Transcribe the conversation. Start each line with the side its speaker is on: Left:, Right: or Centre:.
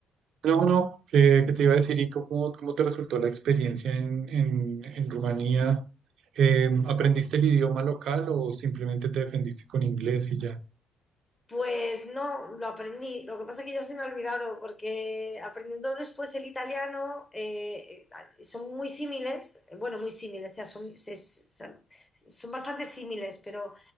Right: No, no, ¿qué, qué te iba a decir? ¿Y cómo, cómo te resultó la experiencia en, en, en Rumanía? Eh, ¿aprendiste el idioma local o simplemente te defendiste con inglés y ya?
Left: Pues no, lo aprendí. Lo que pasa es que ya se me ha olvidado, porque aprendiendo después el italiano eh, son muy símiles, bueno, muy símiles, o sea, son, se- se- son bastante símiles, pero